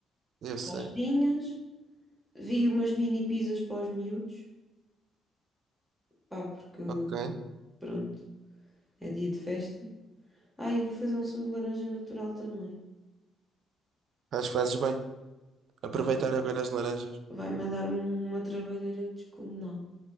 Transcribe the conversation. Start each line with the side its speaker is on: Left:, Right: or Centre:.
Right: Eu sei.
Centre: Tostinhas. Vi umas mini pizzas para os miúdos, pá, porque
Right: Ok.
Centre: pronto, é dia de festa. Ah, e vou fazer um sumo de laranja natural também.
Right: Acho que fazes bem. Aproveitar
Centre: Vai,
Right: agora as laranjas.
Centre: vai-me dar um- uma trabalheira descomunal.